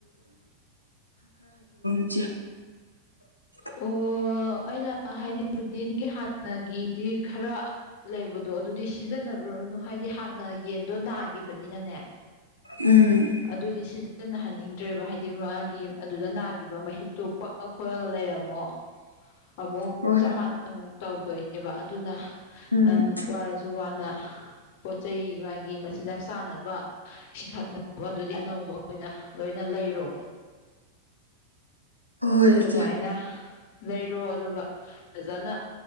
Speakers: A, on the left; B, on the left.
A: <unintelligible> <inaudible>
B: ꯑꯣ ꯑꯣ ꯑꯩꯅ ꯍꯥꯏꯅꯤꯡꯕꯗꯤꯝꯒꯤ ꯍꯥꯟꯅꯒꯤꯗꯤ ꯈꯔ ꯂꯩꯕꯗꯣ ꯑꯗꯨꯗꯤ ꯁꯤꯖꯤꯟꯅ ꯔꯨꯔꯅꯨ ꯍꯥꯏꯗꯤ ꯍꯥꯟꯅ ꯌꯦꯟꯗꯣ ꯅꯥꯒꯤꯕꯅꯤꯅꯅꯦ
A: ꯎꯝ
B: ꯑꯗꯨꯗꯤ ꯁꯤꯖꯤꯟꯅꯍꯟꯅꯤꯡꯗ꯭ꯔꯦꯕ ꯍꯥꯏ ꯗꯤ ꯃꯥꯒꯤ ꯑꯗꯨꯗ ꯅꯥꯒꯤꯕ ꯃꯍꯤꯛꯇꯣ ꯄꯛꯑ ꯈꯣꯠꯂꯒ ꯂꯩꯔꯝꯃꯣ ꯑꯃꯨꯛ
A: ꯍꯣꯏꯅꯦ
B: ꯆꯞ ꯃꯥꯟꯅꯅ ꯑꯃꯨꯛ ꯇꯧꯗꯣꯏꯅꯦꯕ ꯑꯗꯨꯅ
A: ꯎꯝ
B: ꯅꯪ ꯋꯥꯔꯖꯨ ꯋꯥꯅ
A: <inaudible>
B: ꯄꯣꯠ ꯆꯩ ꯃꯥꯒꯤ ꯃꯆꯤꯟꯖꯥꯛ ꯆꯥꯅꯕ ꯏꯁꯤꯡ ꯊꯛꯅꯕꯗꯨꯗꯤ ꯑꯅꯧꯕ ꯑꯣꯏꯅ ꯂꯣꯏꯅ ꯂꯩꯔꯣ
A: <inaudible>
B: ꯑꯗꯨꯃꯥꯏꯅ
A: ꯏꯆꯦ
B: ꯂꯩꯔꯣ ꯑꯗꯨꯒ ꯐꯖꯅ